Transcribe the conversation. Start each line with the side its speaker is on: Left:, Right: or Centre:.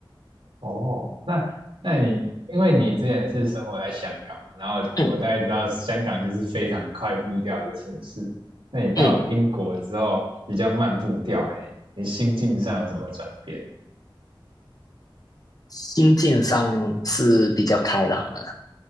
Right: 哦，那那你因为你之前是生活在香港嘛，然后我大概知道香港就是非常快步调的城市，
Left: 嗯
Right: 那你到英国之后比较慢步调，
Left: 嗯，
Right: 你你心境上有什么转变？
Left: 心境上是比较开朗的。